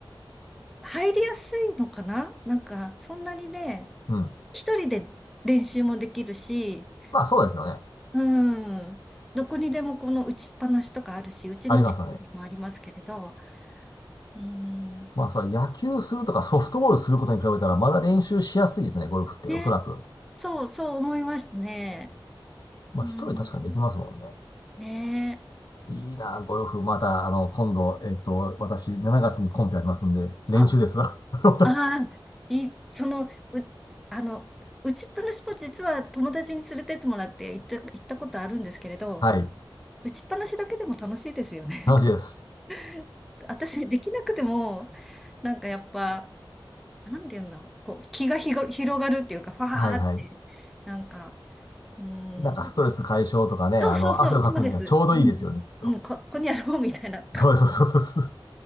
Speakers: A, in the centre; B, on the left.
A: 入りやすいのかななんか、そんなにね、
B: うん。
A: 一人で練習もできるし、
B: まあそうですよね。
A: うん。どこにでもこの打ちっぱなしとかあるし、うちの近くにもありますけれど、
B: ありますよね。
A: うん。
B: まあそれ野球するとかソフトボールすることに比べたらまだ練習しやすいですね、ゴルフって、
A: ね。
B: おそらく。
A: そう、そう思いましたね。
B: まあ一人確かにできますもんね。
A: うん。ねえ。
B: いいな、ゴルフ。また、あの、今度、えっと、私、7月にコンペありますんで、練習ですわ。
A: あ、
B: <laughs>
A: あー、い、その、う、あの、打ちっぱなしも実は友達に連れてってもらって行った、行ったことあるんですけれど、
B: はい。
A: 打ちっぱなしだけでも楽しいですよね。
B: 楽しいです。
A: <laughs> 私、できなくても、なんかやっぱ、なんていうんだろう、こう、気がひご広がるっていうか、ファーって、
B: はいはい。
A: なんか、うーん。
B: なんかストレス解消とかね、
A: そうそうそう、
B: あの、汗をかくにはちょうどいいですよね、
A: そうです。うん。
B: きっと。
A: うん、こ、ここにあろうみたいな。
B: そうです、そうです。